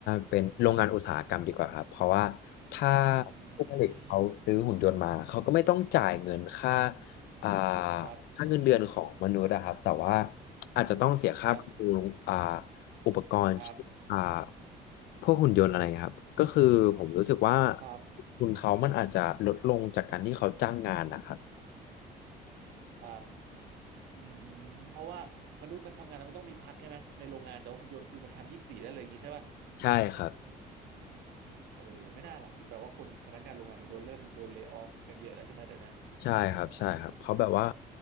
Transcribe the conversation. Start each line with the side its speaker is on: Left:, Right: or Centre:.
Left: เป็นโรงงานอุตสาหกรรมดีกว่าครับเพราะว่าถ้า
Right: อื
Left: ผู้ผลิตเขาซื้อหุ่นยนต์มาเขาก็ไม่ต้องจ่ายเงินค่า
Right: ม
Left: อ่า
Right: ครับ
Left: ค่าเงินเดือนของมนุษย์นะครับแต่ว่าอาจจะต้องเสียค่าบำรุงอ่า
Right: ครับ
Left: อุปกรณ์
Right: ครับ
Left: อ่าพวกหุ่นยนต์อะไรเงี้ยครับก็คือผมรู้สึกว่า
Right: ครับ
Left: ทุนเขามันอาจจะลดลงจากการที่เขาจ้างงานนะครับ
Right: ครับ อืมเพราะว่ามนุษย์มันทำงานแล้วมันต้องมีพักใช่ไหมในโรงงานแต่ว่าหุ่นยนต์คือมันทำยี่สิบสี่ได้เลยอย่างนี้ใช่ป่ะ
Left: ใช่ครับ
Right: อืมเออไม่น่าล่ะถึงแบบว่าคนพนักงานโรงงานถึงโดนเริ่มโดนเล y o ออฟกันเยอะแล้วใช่ไหมเดี๋ยวเนี้ย
Left: ใช่ครับใช่ครับเพราะแบบว่า